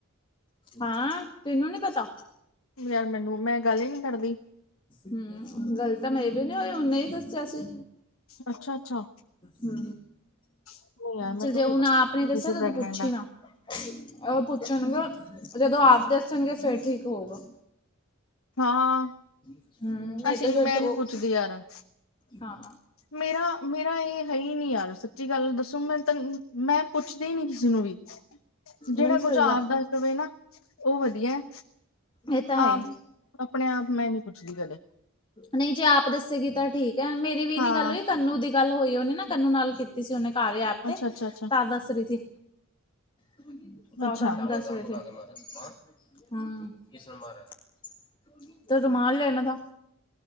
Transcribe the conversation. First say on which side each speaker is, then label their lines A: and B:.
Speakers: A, on the left (about 25°); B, on the left (about 70°).
A: ਹਾਂ ਤੈਨੂੰ ਨੀ ਪਤਾ
B: ਯਾਰ ਮੈਨੂੰ, ਮੈਂ ਗੱਲ ਹੀ ਨੀ ਕਰਦੀ।
A: ਹੂ, ਗਲ ਤਾਂ ਮੇਰੀ ਵੀ ਨੀ ਹੋਈ, ਉਹਨੇ ਹੀ ਦੱਸਿਆ ਸੀ।
B: ਅੱਛਾ-ਅੱਛਾ
A: ਹੂ,
B: ਨਹੀਂ ਯਾਰ ਮੈਨੂੰ
A: ਚਲ ਜੇ ਉਹੁਨੇ
B: ਨੀ ਪਤਾ
A: ਆਪ ਨਹੀ
B: ਤੁਸੀਂ
A: ਦੱਸਿਆ, ਤੇ
B: ਪ੍ਰੈਗਨੈਂਟ
A: ਉਹ ਤੂੰ ਪੁੱਛੀ
B: ਆ
A: ਨਾ ਉਹ ਪੁੱਛਣ ਗੇ, ਜਦੋਂ ਆਪ ਦੱਸਣਗੇ ਫੇਰ ਠੀਕ ਹੋਊਗਾ।
B: ਹਾਂ
A: ਹੂੰ ਨਹੀਂ
B: ਅਸੀਂ
A: ਤਾਂ ਫਿਰ
B: ਮੈਂ
A: ਤਾਂ ਉਹ
B: ਨੀ ਪੁੱਛਦੀ ਯਾਰਾ,
A: ਹਾਂ
B: ਮੇਰਾ ਮੇਰਾ ਇਹ ਹੈ ਹੀ ਨੀ ਯਾਰ, ਸੱਚੀ ਗੱਲ ਦੱਸੁ ਮੈਂ ਮੈਂ ਪੁੱਛਦੀ ਹੀ ਨੀ ਕਿਸੇ ਨੂੰ ਵੀ, ਜਿਨੂੰ
A: ਨਹੀਂ ਸਹੀ
B: ਪੁਛੋ ਆਪਦਾ ਵੇਖ ਨਾ, ਉਹ ਵਧੀਆ।
A: ਏ ਤਾ ਹੈ
B: ਆਪ
A: ਈ
B: ਆਪਣੇ ਆਪ ਮੈਂ ਨੀ ਪੁੱਛਦੀ ਕਦੇ
A: ਨਹੀਂ ਜੇ ਆਪ ਦੱਸੇਗੀ ਤਾਂ ਠੀਕ ਹੈ, ਮੇਰੀ ਵੀ
B: ਹਾਂ
A: ਨੀ ਗੱਲ ਹੋਈ। ਕੰਨੂੰ ਦੀ ਗੱਲ ਹੋਈ ਹੋਣੀ ਨਾ ਕੰਨੂੰ ਨਾਲ ਕੀਤੀ ਸੀ ਉਹਨੇ ਕਾਰਯ ਐਪ ਤੇ,
B: ਅੱਛਾ-ਅੱਛਾ-ਅੱਛਾ ਅੱਛਾ
A: ਤਾਂ ਦੱਸ ਰਹੀ ਸੀ। <unintelligible>
B: ਅੱਛਾ
A: ਕਿਸ ਨੇ ਮਾਰਾ ਹੈ, ਤਾ ਰੁਮਾਲ ਲੈਨਾ ਥਾ